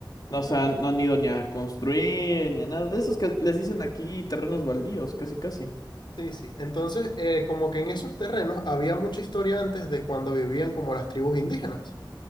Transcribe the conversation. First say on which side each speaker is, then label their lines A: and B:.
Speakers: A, on the left; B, on the left.
A: no se han, no han ido ni a construir ni a nada. De esos que les dicen aquí terrenos baldíos, casi casi.
B: Sí, sí. Entonces, eh, como que en esos terrenos había mucha historia antes de cuando vivían como las tribus indígenas.